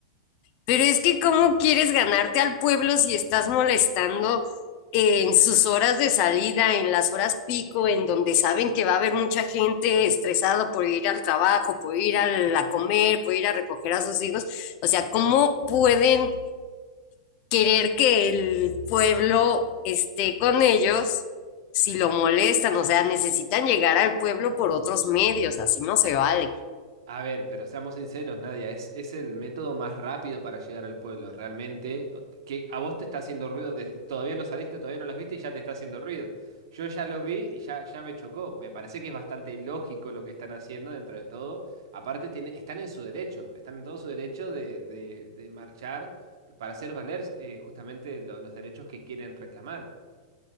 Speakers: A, on the left (about 45°); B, on the right (about 60°).
A: Pero es que ¿cómo quieres ganarte al pueblo si estás molestando en sus horas de salida, en las horas pico, en donde saben que va a haber mucha gente estresada por ir al trabajo, por ir a, a comer, por ir a recoger a sus hijos? O sea, ¿cómo pueden querer que el pueblo esté con ellos si lo molestan? O sea, necesitan llegar al pueblo por otros medios, así no se vale.
B: A ver, pero seamos sinceros, Nadia, es, es el método más rápido para llegar al pueblo, realmente. Que a vos te está haciendo ruido, de- todavía no saliste, todavía no los viste y ya te está haciendo ruido. Yo ya los vi y ya, ya me chocó. Me parece que es bastante lógico lo que están haciendo dentro de todo. Aparte, tiene, están en su derecho, están en todo su derecho de, de- de marchar para hacer valer eh, justamente lo- los derechos que quieren reclamar.